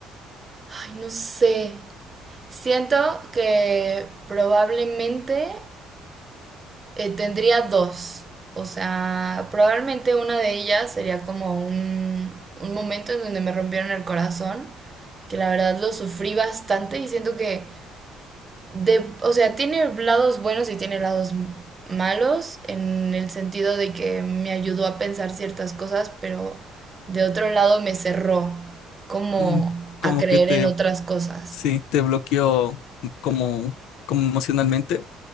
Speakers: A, on the right (about 20°); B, on the left (about 80°).
A: Ay, no sé. Siento que probablemente eh, tendría dos. O sea, probablemente una de ellas sería como un, un momento en donde me rompieron el corazón, que la verdad lo sufrí bastante y siento que, de, o sea, tiene lados buenos y tiene lados malos en el sentido de que me ayudó a pensar ciertas cosas, pero de otro lado me cerró como
B: Mm, Como
A: a creer
B: que te,
A: en otras cosas.
B: sí, te bloqueó como, como emocionalmente.